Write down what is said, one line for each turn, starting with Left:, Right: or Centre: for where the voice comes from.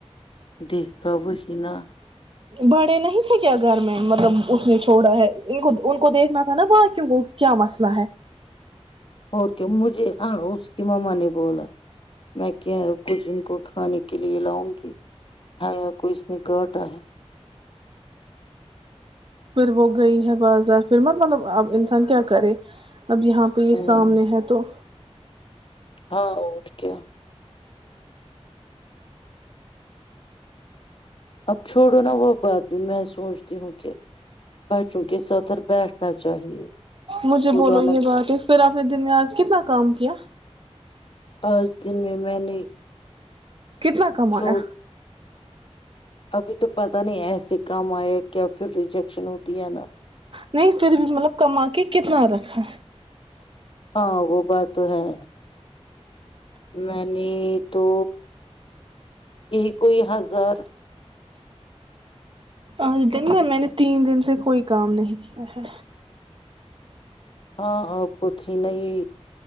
Left: دیکھا وہ ہی نا
Right: بڑے نہیں تھے کیا گھر میں مطلب اس نے چھوڑا ہے ان کو ان کو دیکھنا تھا نا وہاں کیوں کو کیا مسئلہ ہے
Left: اور کیا مجھے اس کی ماما نے بولا میں کیا کچھ ان کو کھانے کے لیے لاؤں گی ہ کو اس نے کاٹا ہے
Right: پھر وہ گئی ہے بازار فھر مت مطلبب انسان کیا کرے اب یہاں پہ یہ
Left: ہوں
Right: سامنے ہے تو
Left: ہاں وہٹ کیا اب چھوڑو نا وہ بات بھی میں سوچتی ہوں کہ بچوں کے ستر بیٹھنا چاہیے
Right: مجھے
Left: خدا
Right: بولو یہ
Left: نہ
Right: بات ہے پھر آپ دن میں آج کتنا کام کیا
Left: آج دن میں میں نے
Right: کتنا کم
Left: چھوڑ
Right: آیا
Left: ابھی تو پتہ نہیں ایسے کام آیا کیا پھر ریجیکشن ہوتی ہے نا
Right: نہیں پھر بھی مطلب کما کے کتنا رکھا
Left: ہاں وہ بات تو ہے میں نے تو یہ کوئی ہضر
Right: آج دن میں میں نے تین دن سے کوئی کام نہیں کیا ہے
Left: ہاں آ پ تھی نہیں